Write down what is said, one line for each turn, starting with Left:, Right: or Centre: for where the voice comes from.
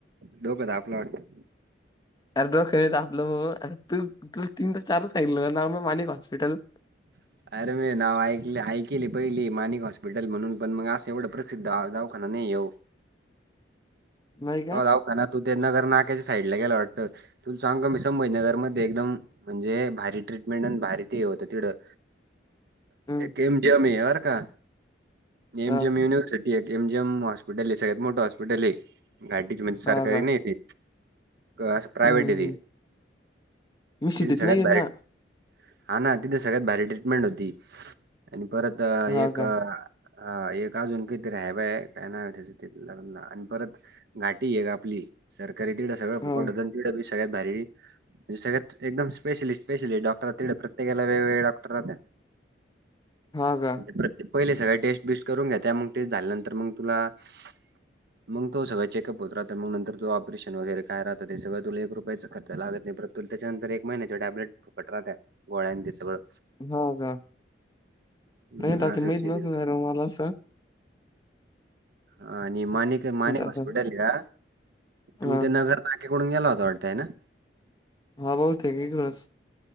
Right: डोक तापलं वाटत
Left: अर्र डोक नाही तापलं भो तू तू तुला तीन दा चार दा सांगितलं ना नाव मानिक हॉस्पिटल
Right: <inaudible> अरे मे नाव ऐक ऐकली पहिली माणिक हॉस्पिटल म्हणून, पण मग असं एवढं प्रसिद्ध दावखाना नाही ये.
Left: नाही का
Right: तवा दवाखान्यात होते, नगर नाक्याच्या साईड ला गेला वाटतं. तू सांग का मी संभजीनगरमध्ये एकदम म्हणजे भारी ट्रीटमेंट आणि भारी ते होतं तढं-
Left: हम्म
Right: केम जेम अर का एम
Left: हा
Right: जेम युनिवर्सिट, केम जेम हॉस्पिटल आहे, सगळ्यात मोठं हॉस्पिटल आहे <unintelligible> म्हणजे सरकारी
Left: हा का
Right: नाही ते असं प्रायव्हेट
Left: हम्म
Right: ते,
Left: हम्म. मी
Right: तेथे
Left: सिटीत
Right: सगळ्यात
Left: नाहीयेच
Right: भारी
Left: ना
Right: - हा ना तिथे सगळ्यात भारी ट्रीटमेंट होती, सी.. आणि परत
Left: हा
Right: एक
Left: का
Right: अ, हा एक अजून किती ह्या बाई काय नाव आहे त्याचं तिथं लना आणि परत, घाटी एक आपली, सरकारी तिड सगळं
Left: हो
Right: फुकटन तिडी सगळ्यांत भारी- म्हणजे सगळ्यांत एकदम स्पेशलिस्ट स्पेशली डॉक्टर आहे, तिकडं प्रत्येकाला वेगळे वेगळे डॉक्टर राहतो.
Left: हा का
Right: <unintelligible> पहिले सगळ्या टेस्ट बिस्ट करून घेत्या, मग टेस्ट झाल्यानंतर मग पुन्हा सी.. मग तो सगळं चेक- होत राहत, मग नंतर तू ऑपरेशन वगैरे काय राहात ते सगळं तुला एक रुपयाचा खर्च लागत नाही. पण त्याच्यानंतर एक महिन्याच्या टॅबलेट फूकट राहत, गोळ्यांचे तेन सगळं.
Left: हो का
Right: हम्म,
Left: नाही रात्री
Right: असा
Left: माहित
Right: विषय
Left: नव्हतं
Right: तिथं.
Left: र मला सांग,
Right: ह आणि मानेिक मानिक हॉस्पिटल
Left: असं
Right: का, तु
Left: हा
Right: तेव्हा च जर, नाक्याकडून गेला होता वाटताय ना?
Left: हा भाऊ तेगी कळस